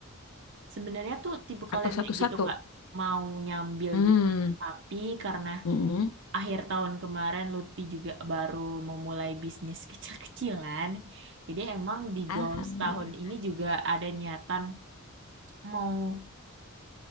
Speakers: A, on the right; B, on the left.
A: <laughs> Sebenarnya tuh tipe kalian
B: Atau satu-satu?
A: kayak gitu Kak mau nyambil
B: Hmm,
A: gitu. Tapi karena
B: mm-mm.
A: akhir tahun kemarin Lutfi juga baru memulai bisnis kecil-kecilan. Jadi emang di
B: Alhamdulillah.
A: goals tahun ini juga ada niatan mau